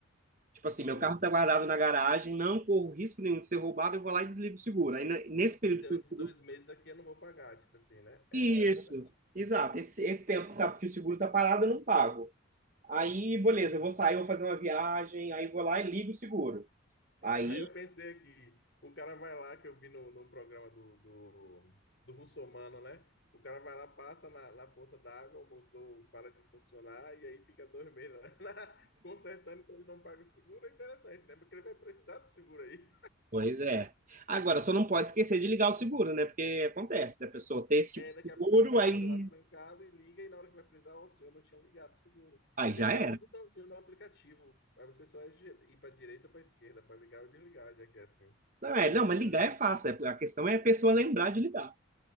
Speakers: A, on the right; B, on the left.
A: Tipo assim,
B: Sim.
A: meu carro está guardado na garagem, não corro risco nenhum de ser roubado, eu vou lá e desligo o seguro. Aí ne- nesse período
B: Então,
A: que
B: esses
A: o seguro.
B: dois meses aqui eu não vou pagar, tipo assim, né? É
A: Isso,
B: interessante.
A: exato. Esse, esse tempo que tá- que o seguro está parado, eu não pago. Aí, beleza, eu vou sair, vou fazer uma viagem, aí vou lá e ligo o seguro. Aí,
B: Aí eu pensei aqui, o cara vai lá, que eu vi no, no programa do, do, do Russomano, né? O cara vai lá, passa na, na poça d'água, o motor para de funcionar e aí fica dois meses né? <laughs> consertando, então ele não paga o seguro. É interessante, né? Porque ele vai precisar do seguro aí.
A: Pois é. Agora, só não pode esquecer de ligar o seguro, né? Porque acontece da pessoa ter esse
B: É,
A: tipo de
B: daqui a
A: seguro,
B: pouco a pessoa
A: aí,
B: deixou lá trancado e liga, e na hora que vai precisar, ó, o senhor não tinha ligado o seguro.
A: aí
B: Tem
A: já
B: que botar
A: era.
B: um botãozinho no aplicativo, aí você só é de- ir para direita ou para esquerda para ligar ou desligar, já que é assim.
A: Não, é, não, mas
B: É,
A: ligar é fácil. é- a questão é a pessoa lembrar de ligar.